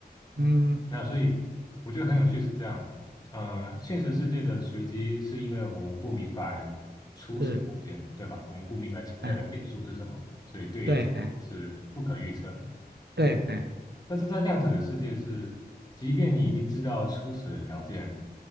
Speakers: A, on the right (about 80°); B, on the left (about 20°).
A: 嗯，
B: 那所以我觉得很有趣是这样，呃，现实世界的随机是因为我们不明白初始条件，
A: 是，
B: 对吧？我们不明白潜在的变数是什么，
A: 哎，
B: 所以对于结果是不可预测的。
A: 对，哎，对，哎，
B: 但是在量子的世界是，即便你已经知道初始的条件，